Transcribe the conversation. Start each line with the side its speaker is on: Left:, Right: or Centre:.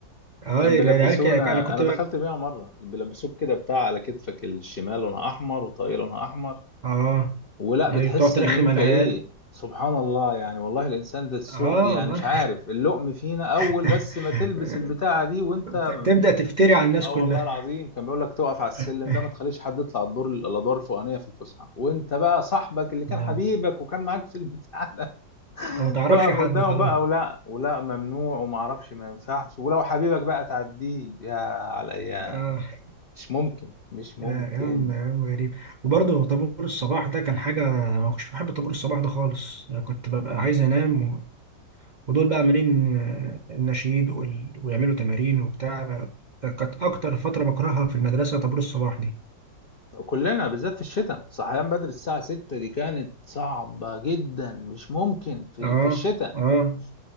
Right: اه
Left: كان
Right: العيال
Left: بيلبسونا
Right: ك- أنا كنت
Left: انا
Right: بقى
Left: دخلت بيها مره بيلبسوك كده بتاع على كتفك الشمال لونها احمر وطاقيه لونها احمر
Right: اه
Left: ولا
Right: ايوه
Left: بتحس
Right: تقعد ترخم
Left: ان انت
Right: على
Left: ايه
Right: العيال
Left: سبحان الله يعني والله الانسان ده السوق
Right: اه
Left: يعني
Right: والله
Left: مش عارف اللقم فينا اول
Right: <laughs>
Left: بس ما تلبس البتاعه دي وانت
Right: تبدأ تفتري على الناس
Left: اه
Right: كلها
Left: والله العظيم كان بيقول لك تقف على السلم
Right: <laughs>
Left: ده ما تخليش حد يطلع الدور الادوار الفوقانيه في الفسحه وانت بقى صاحبك اللي كان
Right: اه
Left: حبيبك وكان معاك في البتاع ده
Right: ما
Left: <laughs>
Right: تعرفش
Left: تقف
Right: حد
Left: قدامه
Right: خلاص
Left: بقى ولا ولا ممنوع وما اعرفش ما ينفعش ولو حبيبك بقى تعديه يا على الايام
Right: آه
Left: مش ممكن مش ممكن
Right: لا أيام أيام غريبة وبرضه طابور الصباح ده كان حاجة ما كنتش بحب طابور الصباح ده خالص يعني كنت ببقى عايز أنام و... ودول بقى عاملين آه، النشيد وال... ويعملوا تمارين وبتاع بقى. كانت أكتر فترة بكرهها في المدرسة طابور الصباح دي
Left: كلنا بالذات في الشتاء صحيان بدري الساعة 6 دي كانت صعبة جدا مش ممكن في ال-
Right: آه
Left: في الشتاء
Right: آه